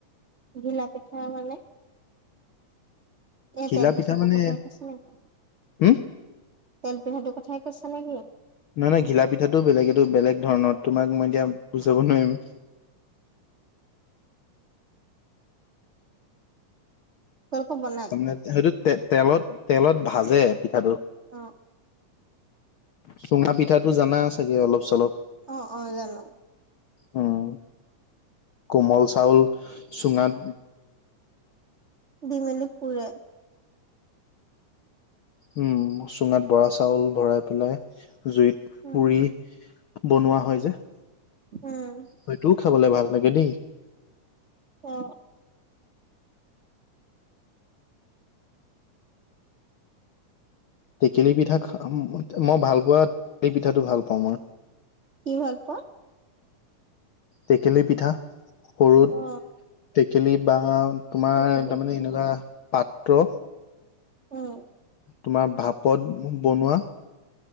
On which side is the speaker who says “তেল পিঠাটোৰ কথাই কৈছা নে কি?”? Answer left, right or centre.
Right